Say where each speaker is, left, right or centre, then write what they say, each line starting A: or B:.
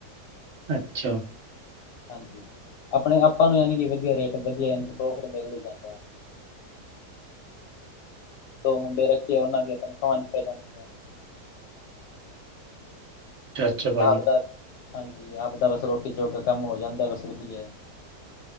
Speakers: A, on the right; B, on the left.
A: ਅੱਛਾ।
B: ਹਾਂਜੀ, ਆਪਣੇ, ਆਪਾਂ ਨੂੰ ਯਾਨੀ‌ ਕਿ ਵਧੀਆ ਰੇਟ, ਵਧੀਆ ਯਾਨੀ, ਕਿ ਪ੍ਰੋਫਿਟ ਮਿਲ ਹੀ ਜਾਂਦਾ ਹੈ। ਦੋ ਮੁੰਡੇ ਰੱਖੇ, ਉਹਨਾਂ ਦੀਆਂ ਤਨਖਾਵਾਂ ਨਿਕਲ ਜਾਂਦੀਆਂ।
A: ਅੱਛਾ ਅੱਛਾ ਭਾਜੀ
B: ਆਪਦਾ, ਹਾਂਜੀ, ਆਪਦਾ ਬਸ ਰੋਟੀ ਜੋਗਾ ਕੰਮ ਹੋ ਜਾਂਦਾ, ਬਸ ਵਧੀਆ।